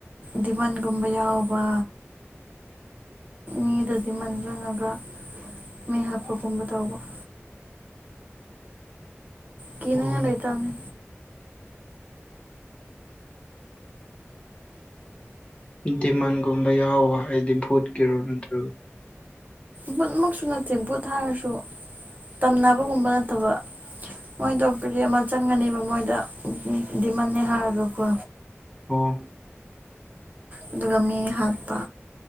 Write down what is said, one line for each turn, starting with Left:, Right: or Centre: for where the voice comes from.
Right: ꯗꯤꯚꯟꯒꯨꯝꯕ ꯌꯥꯎꯕ ꯃꯤꯗꯗꯤ ꯃꯜꯖꯪꯉꯒ ꯃꯤ ꯍꯥꯞꯄꯒꯨꯝꯕ ꯇꯧꯕ <unintelligible> ꯀꯅꯦꯉ
Left: ꯑꯣ
Right: ꯂꯩ ꯇꯅꯦ
Left: ꯗꯤꯃꯥꯟꯒꯨꯝꯕ ꯌꯥꯎꯋ ꯍꯥꯏꯗꯤ ꯚꯨꯠꯀꯤꯔꯣ ꯅꯠꯇ꯭ꯔꯒ
Right: ꯕꯨꯠꯃꯛꯁꯨ ꯅꯠꯇꯦ ꯕꯨꯠ ꯍꯥꯏꯔꯁꯨ ꯇꯝꯅꯕꯒꯨꯝꯕ ꯅꯠꯇꯕ ꯃꯣꯏ ꯗꯣꯛꯇꯔꯤ ꯑꯃ ꯆꯪꯉꯅꯦꯕ ꯃꯣꯏꯗ ꯗꯤꯃꯟꯅꯦ ꯍꯥꯏꯔꯒꯀꯣ
Left: ꯍꯟ
Right: ꯑꯗꯨꯒ ꯃꯤ ꯍꯥꯠꯄ